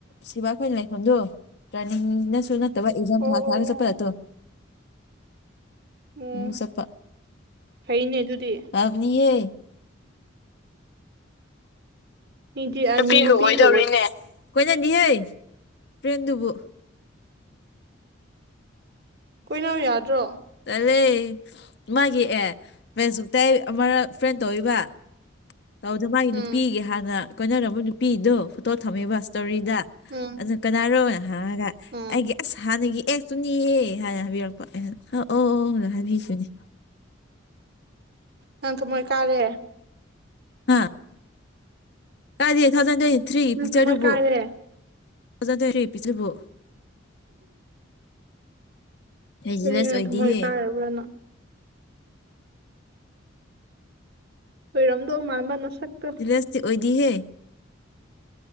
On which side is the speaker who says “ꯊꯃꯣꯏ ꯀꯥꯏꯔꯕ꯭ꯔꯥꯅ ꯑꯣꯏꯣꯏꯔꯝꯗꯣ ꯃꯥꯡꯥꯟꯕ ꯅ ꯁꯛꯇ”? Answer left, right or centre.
Right